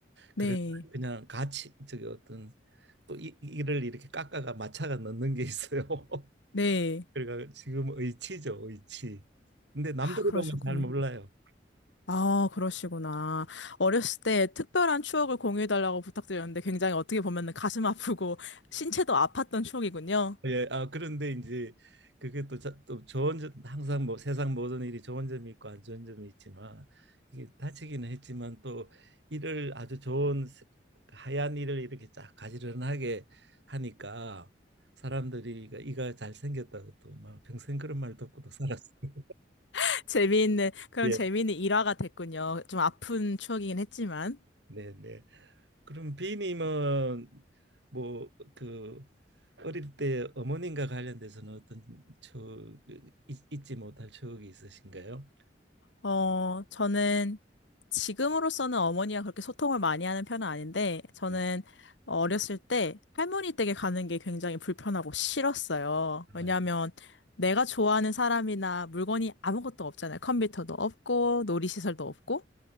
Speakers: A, on the left; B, on the right.
A: 네,
B: 그래 그냥 같이 저기 어떤 또 이, 이를 이렇게 깎아가 마차가 넣는 게 있어요. <laughs>
A: 네.
B: 그러니까 지금 의치죠, 의치. 근데 남들이
A: 아, 그러셨군요.
B: 보면 잘 몰라요.
A: 아, 그러시구나. 어렸을 때 특별한 추억을 공유해달라고 부탁드렸는데 굉장히 어떻게 보면은 가슴 아프고 신체도 아팠던 추억이군요.
B: 예, 아 그런데 이제 그게 또, 자- 또 좋은 점 항상 뭐 세상 모든 일이 좋은 점이 있고 안 좋은 점이 있지만 이게 다치기는 했지만 또 이를 아주 좋은 세- 하얀 이를 이렇게 쫙 가지런하게 하니까 사람들이 이가, 이가 잘 생겼다고 또 막 평생 그런 말 듣고도 살았어요.
A: <laughs> 재미있는, 그럼
B: 예,
A: 재미있는 일화가 됐군요. 좀 아픈 추억이긴 했지만.
B: 네, 네. 그럼 비님은 뭐 그 어릴 때 어머님과 관련돼서는 어떤 추억 잊- 잊지 못할 추억이 있으신가요?
A: 어, 저는 지금으로서는 어머니와 그렇게 소통을 많이 하는 편은 아닌데, 저는
B: 예.
A: 어렸을 때 할머니 댁에 가는 게 굉장히 불편하고 싫었어요. 왜냐하면
B: 아,
A: 내가 좋아하는 사람이나 물건이 아무것도 없잖아요. 컴퓨터도 없고,
B: 예.
A: 놀이시설도 없고.